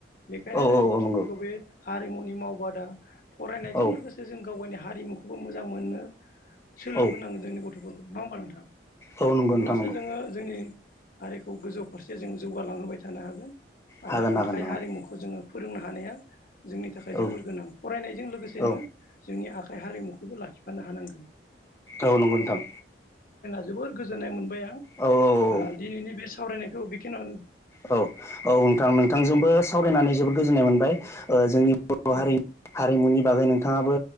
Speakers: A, on the left (about 50°); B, on the left (about 15°).
A: बेनिखायनो
B: औ
A: जोङो गथ'फोरखौ
B: औ नंगौ
A: बे हारिमुनि मावबादा जों
B: औ
A: लोगोसे जों गाव गावनि हारिमुखौबो मोजां मोननो सोलोंहोनांगोन
B: औ
A: जोंनि गथ'फोरखौ ना होमबा नोंथां।
B: औ नंगौ
A: अब्लासो
B: नोंथां नंगौ
A: जोङो जोंनि हारिखौ गोजौ फारसे जोङो जौगालांहोबाय थानो हागोन आरो
B: हागोन हागोन
A: आखाइ
B: हागोन
A: हारिमुखौ जोङो फोरोंनो हानाया जोंनि थाखाय
B: औ
A: जोबोर गोनां फरायनायजों लोगोसेनो
B: औ
A: जोंनि आखाइ हारिमुखौबो लाखिफानो हानांगोन।
B: औ नंगौ नोंथां।
A: जोबोर गोजोननाय मोनबाय
B: औ औ
A: आं
B: औ
A: दिनैनि बे सावरायनायखौ बेखिनिया
B: औ औ नोंथां नोंथांजोंबो सावरायनानै जोबोद गोजोननाय मोनबाय ओ जोंनि बर'
A: औ
B: हारिनि हारिमुनि बागै नों थाङाबो